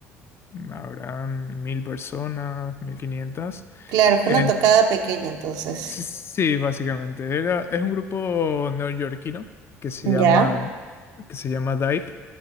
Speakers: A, on the left; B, on the right.
A: habrán mil personas, mil quinientas.
B: Claro, fue
A: Eh,
B: una tocada pequeña entonces.
A: sí, sí, básicamente. Era, es un grupo neoyorquino que se
B: ¿Ya?
A: llama, que se llama Dive.